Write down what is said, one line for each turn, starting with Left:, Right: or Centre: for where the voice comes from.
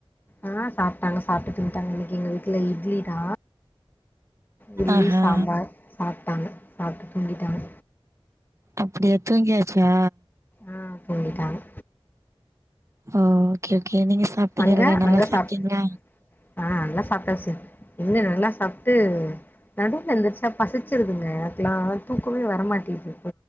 Left: ஆ சாப்ட்டாங்க சாப்ட்டு தூங்கிட்டாங்க இன்னைக்கு எங்க வீட்ல இட்லி தா இட்லி
Right: ஆஹா
Left: சாம்பார் சாப்ட்டாங்க சாப்ட்டு தூங்கிட்டாங்க.
Right: அப்டியா தூங்கியாச்சா
Left: ஆ தூங்கிட்டாங்க
Right: ஆ ஓகே கே நீங்க சாப்ட்டிங்கல்ல
Left: அங்க
Right: நல்லா
Left: அங்க
Right: சாப்ட்டிங்ளா
Left: சாப் ஆ நல்லா சாப்ட்டாச்சு எங்க நல்லா சாப்ட்டு நடுவுல எந்திரிச்சா பசிச்சிருதுங்க எனக்லா தூக்கமே வரமாட்டிது.